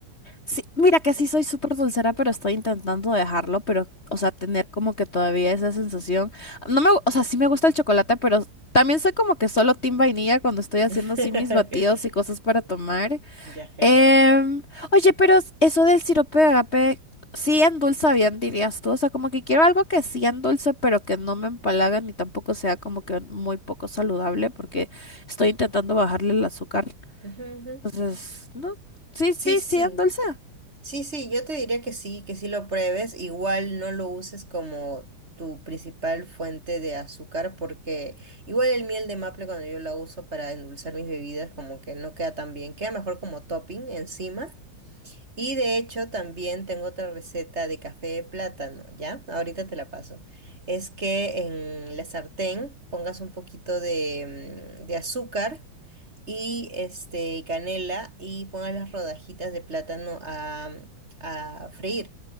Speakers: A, on the left; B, on the right.
A: Sí, mira que sí soy súper dulcera, pero estoy intentando dejarlo, pero, o sea, tener como que todavía esa sensación. No me, gu- o sea, sí me gusta el chocolate, pero también soy como que solo team vainilla cuando estoy haciendo
B: <laughs>
A: así mis batidos y cosas para tomar.
B: Ya, genial.
A: Em, oye, pero s- eso del sirope de agape sí endulza bien, dirías tú. O sea, como que quiero algo que sí endulce, pero que no me empalaga ni tampoco sea como que muy poco saludable, porque estoy intentando bajarle el azúcar.
B: Ujú, ujú.
A: Entonces, no. Sí,
B: Sí,
A: sí,
B: sí.
A: sí, endulza.
B: Sí, sí, yo te diría que sí, que sí lo pruebes. Igual no lo uses como tu principal fuente de azúcar, porque igual el miel de maple cuando yo la uso para endulzar mis bebidas, como que no queda tan bien, queda mejor como topping encima. Y de hecho también tengo otra receta de café de plátano, ¿ya? Ahorita te la paso. Es que en la sartén pongas un poquito de, mm, de azúcar y este y canela y pongas las rodajitas de plátano a, a freír.